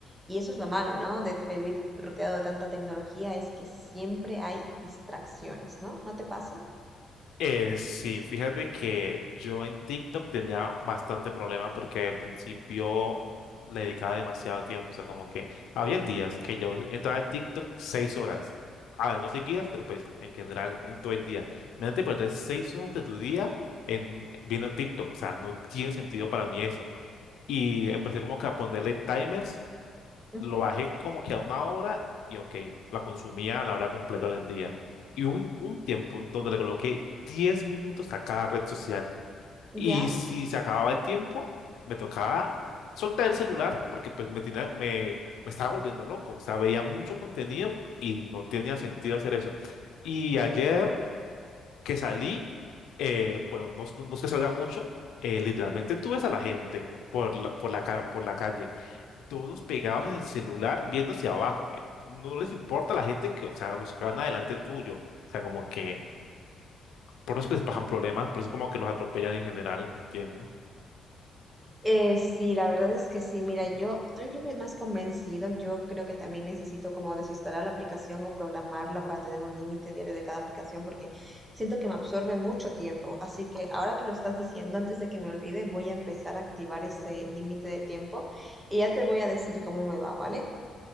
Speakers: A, on the right (about 15°); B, on the left (about 80°).
A: Y eso es lo malo, ¿no? De vivir rodeado de tanta tecnología, es que siempre hay distracciones, ¿no? ¿No te pasa?
B: Eh, sí, fíjate que yo en TikTok tenía bastante problema porque al principio le dedicaba demasiado tiempo, o sea, como que habían días que yo entraba a TikTok seis horas, a ver, no seguidas, pero pues en general en todo el día. Imagínate perder seis horas de tu día en viendo TikTok, o sea, no tiene sentido para mí eso. y empecé como que a ponerle timers,
A: Ujú,
B: lo bajé como que a una hora y ok, la consumía a la hora completa del día. Y hubo un, un tiempo donde le coloqué 10 minutos a cada red social. Y
A: ¿Ya?
B: si se acababa el tiempo, me tocaba soltar el celular porque pues me, tenía- me, me estaba volviendo loco. O sea, veía mucho contenido y no tenía sentido hacer eso. Y ayer que salí, eh, bueno, no, es- no es que salga mucho, eh, literalmente tú ves a la gente por la, por la, ca- por la calle todos pegados en el celular viendo hacia abajo. eh, No les importa la gente que, o sea, los que van adelante tuyo. O sea, como que por eso es que les pasan problemas, por eso como que los atropellan en general, no entiendo.
A: Eh, sí, la verdad es que sí. Mira, yo estoy creo que es más convencido. Yo creo que también necesito como desinstalar la aplicación o programarla para tener un límite diario de cada aplicación porque siento que me absorbe mucho tiempo. Así que ahora que lo estás diciendo, antes de que me olvide, voy a empezar a activar ese límite de tiempo y ya te voy a decir cómo me va, ¿vale?